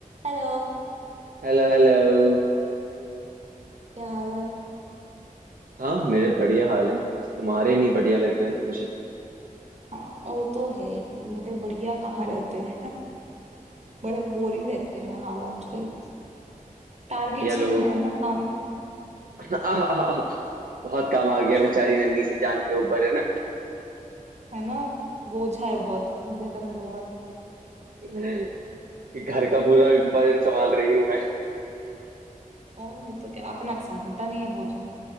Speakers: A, on the right; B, on the right.
A: Hello
B: Hello hello
A: क्या हाल है
B: हाँ मेरे बढ़िया हाल है तुम्हारे नहीं बढ़िया लग रहे मुझे
A: हाँ वो तो है ही मेरे बढ़िया कहाँ रहते हैं बड़े बोरिंग रहते हैं हाल आजकल टारगेट्स
B: घटिया लोगों
A: इतने हैं
B: के
A: ना काम
B: <laughs> बहुत काम आ गया
A: <laughs>
B: बेचारी नन्ही सी जान के ऊपर है ना
A: है ना बोझा है बहुत मेरे कंधों पर
B: कि घर का पूरा वजन संभाल रही हूँ मैं
A: और नहीं तो क्या अपना तो संभलता नहीं है बोझा